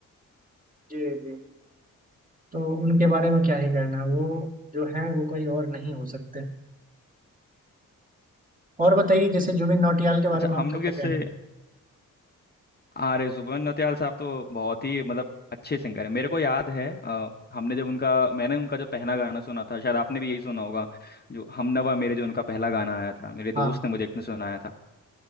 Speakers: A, on the right; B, on the left.
A: जी जी तो उनके बारे में क्या ही करना वो जो है वो कोई और नहीं हो सकते और बताइए जैसे जुबिन नौटियाल के
B: अच्छा
A: बारे में आपका
B: हम लोग
A: क्या
B: जैसे
A: कहना है
B: आर जुबेन नौटियाल साहब तो बहुत ही मतलब अच्छे सिंगर है मेरे को याद है अ, हमने जब उनका मैंने उनका जो पहला गाना सुना था शायद आपने भी यही सुना होगा जो हमनवा मेरे जो उनका पहला गाना आया था मेरे
A: हाँ
B: दोस्त ने मुझे एक ने सुनाया था